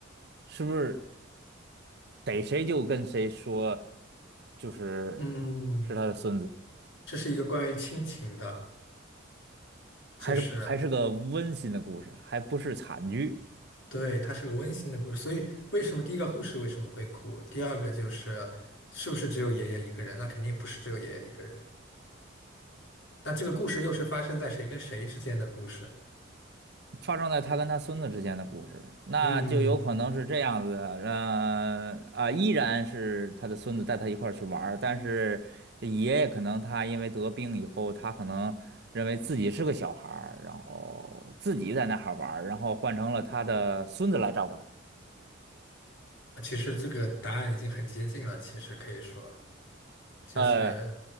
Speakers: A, on the right (about 55°); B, on the left (about 70°).
A: 是不是逮谁就跟谁说，就是是他的孙子，
B: 嗯，这是一个关于亲情的，
A: 还是还是个温馨的故事，
B: 就是
A: 还不是惨剧。
B: 对，它是个温馨的故事。所以为什么第一个护士为什么会哭？第二个就是是不是只有爷爷一个人？那肯定不是只有爷爷一个人。那这个故事又是发生在谁跟谁之间的故事？
A: 发生在他跟他孙子之间的故事，那就有可能是这样子的，
B: 嗯，
A: 呃啊，依然是他的孙子带他一块儿去玩儿，但是爷爷可能他因为得病以后，他可能认为自己是个小孩儿，然后自己在那哈玩儿，然后换成了他的孙子来照顾他。
B: 其实这个答案已经很接近了。其实可以说就是
A: 呃，